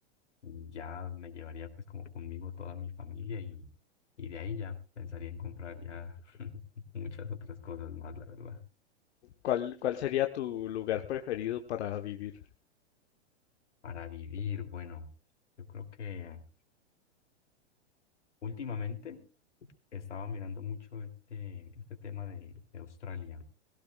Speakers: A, on the left; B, on the left.
A: ya me llevaría pues como conmigo toda mi familia y, y de ahí ya pensaría en comprar ya <laughs> muchas otras cosas más, la verdad.
B: ¿Cuál, cuál sería tu lugar preferido para vivir?
A: Para vivir, bueno, yo creo que últimamente estaba mirando mucho este, este tema de, de Australia.